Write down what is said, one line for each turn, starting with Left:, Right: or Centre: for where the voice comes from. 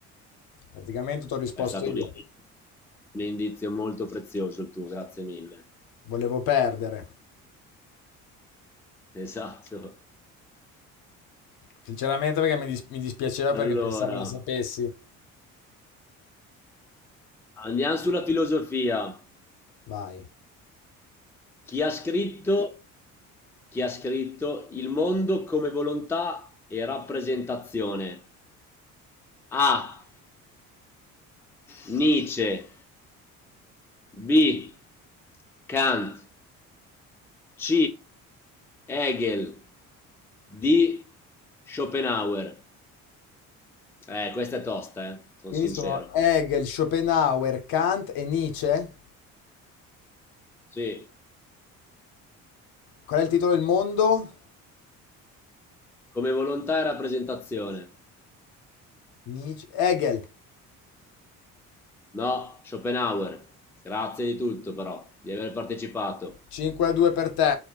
Left: Praticamente ti ho risposto
Centre: È stato
Left: io.
Centre: un indizio, un indizio molto prezioso il tuo, grazie mille.
Left: Volevo perdere.
Centre: Esatto.
Left: Sinceramente perché mi, dis- mi dispiaceva perché
Centre: Allora,
Left: pensavo la sapessi.
Centre: andiamo sulla filosofia.
Left: Vai.
Centre: Chi ha scritto, chi ha scritto Il mondo come volontà e rappresentazione? A. Nietzsche. B. Kant. C. Hegel. D. Schopenhauer. Eh, questa è tosta, eh, sono
Left: Quindi
Centre: sincero.
Left: sono Hegel, Schopenhauer, Kant e Nietzsche.
Centre: Sì,
Left: Qual è il titolo del mondo?
Centre: come volontà e rappresentazione.
Left: Nietzsche. Hegel.
Centre: No, Schopenhauer. Grazie di tutto però, di aver partecipato.
Left: 5 a 2 per te.